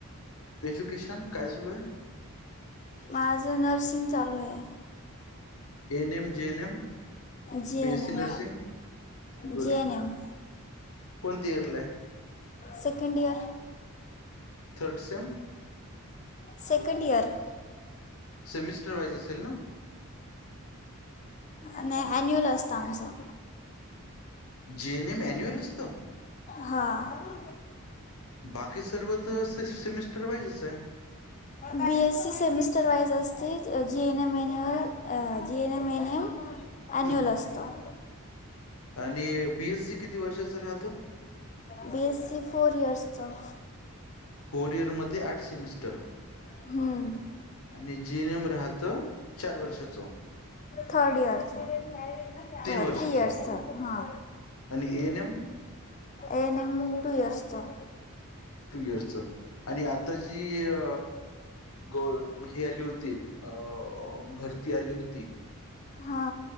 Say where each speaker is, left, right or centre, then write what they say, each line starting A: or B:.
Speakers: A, on the left; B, on the left.
A: एजुकेशन काय चालू हाय?
B: माझं <inaudible> चालू आहे.
A: N M J N M
B: G.
A: B
B: N.
A: S
B: M.
A: C Nursing good
B: G. N. M
A: कोणती इयरला आहे
B: second year.
A: Third sem.
B: Second year
A: semester wise असेल ना?
B: नाही अ ॲन्युअल असत आमचं.
A: जीएनएम अँन्युअल असतं?
B: हां
A: बाकी सर्व तर सिक्स सेमिस्टर वाइजचं हाय.
B: बीएससी सेमिस्टर वाईज असत. ते G N M manual G N M म एन एम अ ॲन्युअल
A: हम्म.
B: असतं.
A: आणि बीएस सी किती वर्षाचं राहतं?
B: बीएसी फोर इयर्स चं.
A: कोरियरमध्ये आठ सेमिस्टर
B: हम.
A: आणि जीएन एम राहत चार वर्षाचं.
B: थर्ड इयरचं
A: तीन
B: तर
A: वर्षाचं
B: थ्री इयर्सचा हा.
A: आणि आणि N M?
B: N M two इयर्सचं.
A: Two इयर्सच आणि आता जी अ गोळ हे आली होती, अ भरती आली होती
B: हा.